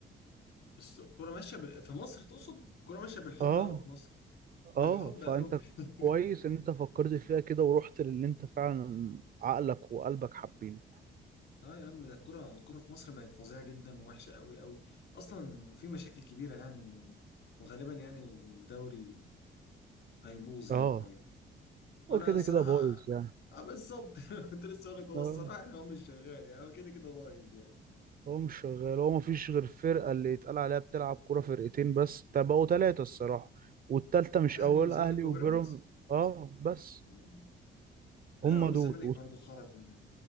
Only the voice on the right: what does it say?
اه
اه فانت
كويس ان انت فكرت فيها كده ورحت للي انت فعلا عقلك وقلبك حابينه
اه
هو كده
كده بايظ يعني
اه
هو مش شغال هو مفيش غير فرقه اللي يتقال عليها بتلعب كوره فرقتين بس تبقوا ثلاثه الصراحه والتالتة
مش اول
اهلي
وبيراميدز اه بس
هم
دول